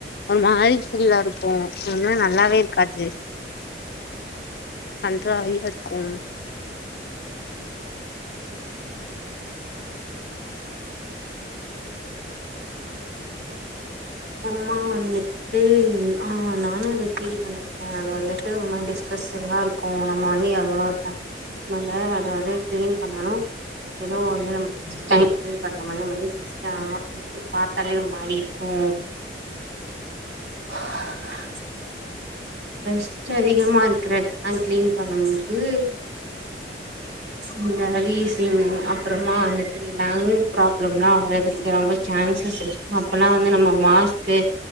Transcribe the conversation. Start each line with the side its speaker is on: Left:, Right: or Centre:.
Left: ஒரு மாறி பீல்லா இருக்கும் அத நல்லாவே இருக்காது கன்றாவியா இருக்கும்
Right: மா வந்துட்டு ஆஹ் நானும் அத பீல் பண்ணிருப்பேன் அத வந்துட்டு டிஸ்கஸ் எல்லா இருக்கும் நம்ம வந்து எவளோ நம்மளே அதால கிளீன் பண்ணாலும் ஏதோ வந்து பண்ற மாதிரி நம பார்த்தாலே ஒரு மாதிரி இரு உம் ஆஹ ஸ்ட்டு அதிகமா இருக்கற ந் கிளீன் பண்ணுமமுபோது இந்த ரீசிங் அப்புறமா வந்து லங் ப்ராப்ளம் எல்லாம் வர்துக்கு ரொம்ப சான்சஸ் இரு அப்பெல்லாம் வந்து நம்ம மாஸ்க்கு